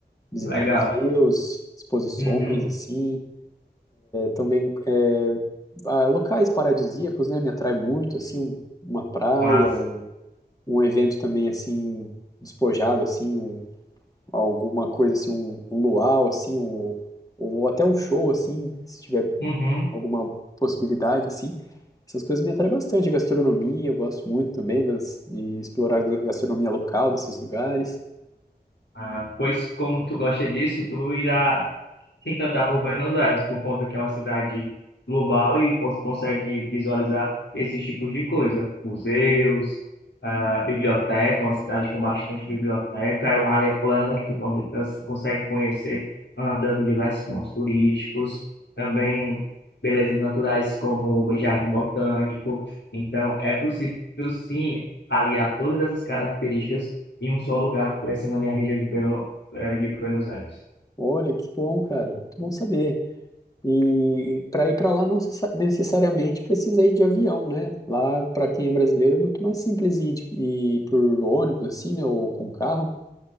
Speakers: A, on the left (about 20°); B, on the left (about 85°).
A: visitar
B: Legal.
A: museus, exposições,
B: Uhum,
A: assim. também é, ah, locais paradisíacos, né, me atrai muito, assim, um- uma praia,
B: mas...
A: um, um evento também, assim, despojado, assim, um- alguma coisa, assim, um, um luau, assim, um- ou até um show, assim, se tiver
B: Uhum.
A: alguma possibilidade, assim, essas coisas me atraem bastante, a gastronomia, eu gosto muito também das- de explorar a gastronomia local desses lugares,
B: Ah, pois como tu gosta disso, tu irá se encantar por Buenos Aires, por conta que é uma cidade global e você consegue visualizar esses tipos de coisa. Museus, ah, biblioteca, uma cidade com bastante biblioteca, é uma área plana que tu con- consegue conhecer andando em diversos pontos turísticos, também belezas naturais como o Jardim Botânico. Então, é possível sim aliar todas essas características em um só lugar, conhecendo a minha região de, Belo, eh, de Buenos Aires.
A: olha, que bom, cara, muito bom saber, E para ir para lá não necessa- necessariamente precisa ir de avião, né? Lá, para quem é brasileiro, é muito mais simples ir, de- ir por ônibus, assim, né? Ou com carro.